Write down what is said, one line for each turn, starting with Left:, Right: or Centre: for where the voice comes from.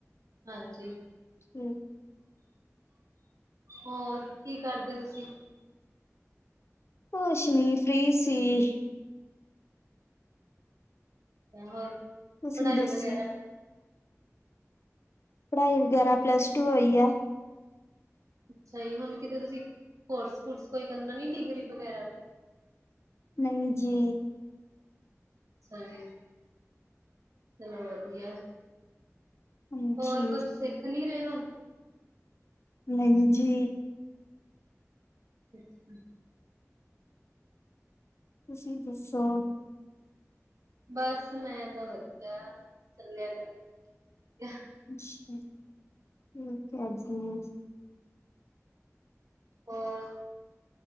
Right: ਹਾਂਜੀ।
Left: ਹੂੰ
Right: ਹੋਰ ਕੀ ਕਰਦੇ ਤੁਸੀਂ।
Left: ਕੁਸ਼ ਨੀ ਫ੍ਰੀ ਸੀ।
Right: ਹੋਰ
Left: ਤੁਸੀਂ
Right: ਪੜ੍ਹਾਈ
Left: ਦੱਸੋ?
Right: ਵਗੈਰਾ
Left: ਪੜ੍ਹਾਈ ਵਗੈਰਾ ਪਲੱਸ ਟੂ ਹੋਈ ਆ।
Right: ਅੱਛਾ ਜੀ ਹੁਣ ਕਿਤੇ ਤੁਸੀਂ ਕੋਰਸ ਕੁਰਸ ਕੋਈ ਕਰਨਾ ਨੀ ਡਿਗਰੀ ਵਗੈਰਾ।
Left: ਨਈ ਜੀ।
Right: ਸਹੀ ਚਲੋ ਵਧੀਆ,
Left: ਹਾਂਜੀ,
Right: ਹੋਰ ਕੁਛ ਸਿੱਖ ਨੀ ਰਹੇ ਹੁਣ।
Left: ਨਈ ਜੀ।
Right: <unintelligible>
Left: ਤੁਸੀਂ ਦੱਸੋ।
Right: ਬਸ ਮੈਂ ਤਾਂ ਵਧੀਆ, ਚੱਲਿਆ ਕਰ ਧੀਆ।
Left: ਅੱਛਾ ਠੀਕ ਹੈ ਜੀ।
Right: ਹੋਰ